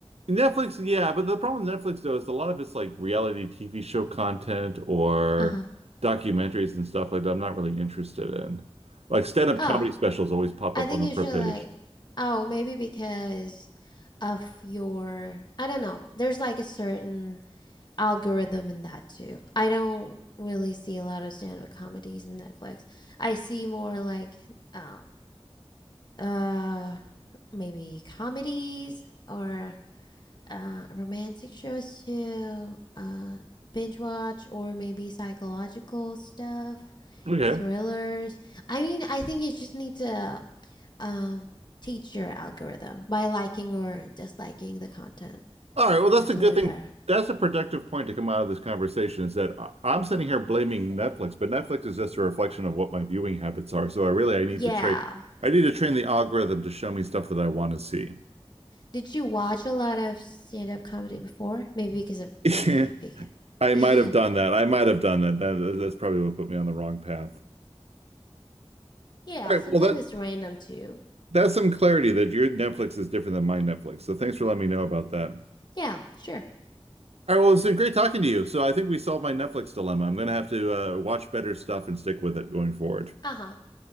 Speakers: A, on the right; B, on the left.
A: Netflix. Yeah, but the problem with Netflix though is a lot of it's like reality TV show content or
B: Uh huh.
A: documentaries and stuff like that. I'm not really interested in. Like stand-up
B: Oh,
A: comedy specials always pop
B: I
A: up
B: think
A: on the
B: you
A: front
B: should
A: page.
B: like, oh, maybe because of your, I don't know. There's like a certain algorithm in that too. I don't really see a lot of stand-up comedies in Netflix. I see more like, um, uh, maybe comedies or uh, romantic shows too. Uh, binge watch or maybe psychological stuff,
A: Okay.
B: thrillers. I mean, I think you just need to um, teach your algorithm by liking or disliking the content
A: All right. Well, that's
B: that's
A: a good
B: over
A: thing.
B: there.
A: That's a productive point to come out of this conversation is that I- I'm sitting here blaming Netflix, but Netflix is just a reflection of what my viewing habits are. So I really I need
B: Yeah.
A: to train I need to train the algorithm to show me stuff that I want to see.
B: Did you watch a lot of stand up comedy before? Maybe because of maybe
A: <laughs>
B: because.
A: I might have done
B: <laughs>
A: that. I might have done that. That that's probably what put me on the wrong path.
B: yeah,
A: All right.
B: sometimes
A: Well, that
B: it's random too.
A: that's some clarity that your Netflix is different than my Netflix. So thanks for letting me know about that.
B: Yeah, sure.
A: All right. Well, it's been great talking to you. So I think we solved my Netflix dilemma. I'm going to have to uh, watch better stuff and stick with it going forward.
B: Uh huh.